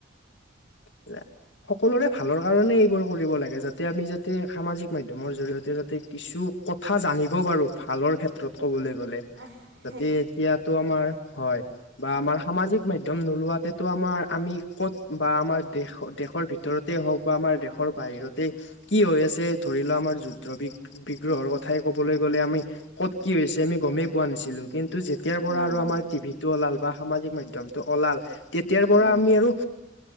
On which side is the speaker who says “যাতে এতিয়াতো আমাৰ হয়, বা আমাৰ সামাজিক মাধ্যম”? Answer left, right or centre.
Left